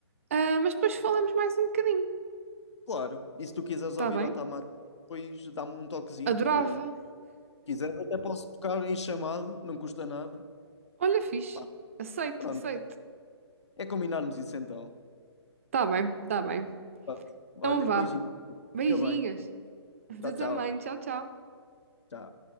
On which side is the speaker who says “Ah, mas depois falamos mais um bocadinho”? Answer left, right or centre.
Right